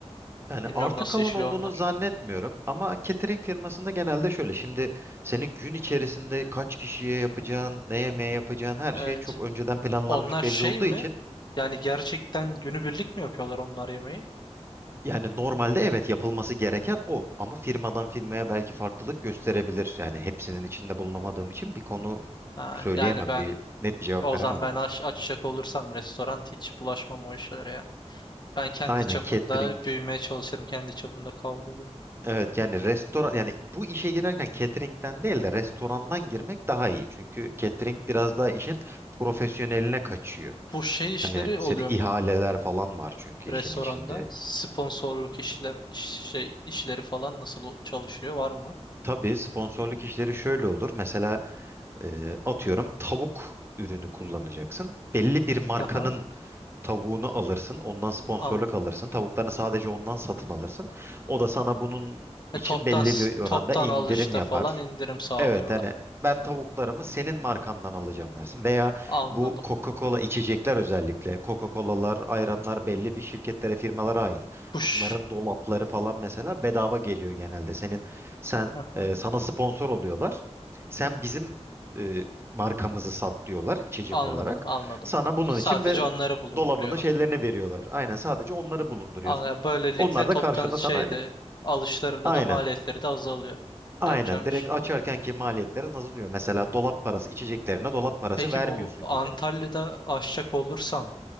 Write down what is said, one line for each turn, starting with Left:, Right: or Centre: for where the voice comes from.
Right: Yani
Left: Bilmiyorum
Right: arta
Left: nasıl
Right: kalan
Left: işliyor
Right: olduğunu
Left: onlar.
Right: zannetmiyorum ama catering firmasında genelde şöyle şimdi senin gün içerisinde kaç kişiye yapacağın, ne yemeğe yapacağın her
Left: Evet.
Right: şey çok önceden planlanmış
Left: Onlar şey
Right: belli olduğu
Left: mi?
Right: için
Left: Yani gerçekten günübirlik mi yapıyorlar onlar yemeği?
Right: yani normalde evet yapılması gereken o ama firmadan firmaya belki farklılık gösterebilir. Yani hepsinin içinde bulunamadığım için bir konu
Left: Ha,
Right: söyleyemem,
Left: yani ben
Right: bir net bir cevap
Left: o
Right: veremem
Left: zaman ben
Right: ona.
Left: aç, açacak olursam restoran hiç bulaşmam o işlere ya. Ben kendi
Right: Aynen
Left: çapımda
Right: catering
Left: büyümeye çalışırım, kendi çapımda kavrulurum.
Right: Evet yani restoran yani bu işe girerken catering'den değil de restorandan girmek daha iyi. Çünkü catering biraz daha işin profesyoneline kaçıyor.
Left: Bu şey işleri
Right: Hani seni
Left: oluyor
Right: ihaleler
Left: mu?
Right: falan var çünkü
Left: restoranda
Right: işin içinde.
Left: sponsorluk işlem iş- şey işleri falan nasıl o- çalışıyor var mı?
Right: Tabii sponsorluk işleri şöyle olur. Mesela e, atıyorum tavuk ürünü kullanacaksın. Belli bir markanın
Left: Aha.
Right: tavuğunu alırsın. Ondan sponsorluk
Left: an
Right: alırsın. Tavuklarını sadece ondan satın alırsın. O da sana bunun için
Left: E, toptan
Right: belli
Left: s-
Right: bir oranda
Left: toptan
Right: indirim
Left: alışta
Right: yapar.
Left: falan indirim sağlıyorlar.
Right: Evet hani ben tavuklarımı senin markandan alacağım dersin. Veya
Left: Anladım.
Right: bu Coca-Cola içecekler özellikle. Coca-Colalar, ayranlar belli bir şirketlere, firmalara ait.
Left: Push.
Right: Bunların dolapları falan mesela bedava geliyor genelde. Senin sen
Left: Aha.
Right: e, sana sponsor oluyorlar. Sen bizim e, markamızı sat diyorlar içecek
Left: Anladım,
Right: olarak.
Left: anladım.
Right: Sana bunun
Left: Sadece
Right: için be,
Left: onları bulunduruyorum.
Right: dolabını şeylerini veriyorlar. Aynen sadece onları bulunduruyorsun.
Left: Anla- Böylelikle
Right: Onlar
Left: toptan
Right: da karşında
Left: şeyde
Right: sana
Left: alışlarımda
Right: aynen
Left: da maliyetleri de azalıyor.
Right: Aynen
Left: Yapacağım
Right: direkt
Left: iş.
Right: açarkenki maliyetlerin azalıyor. Mesela dolap parası içeceklerine dolap parası
Left: Peki
Right: vermiyorsun
Left: bu Antalya'da
Right: gibi.
Left: aşçak olursam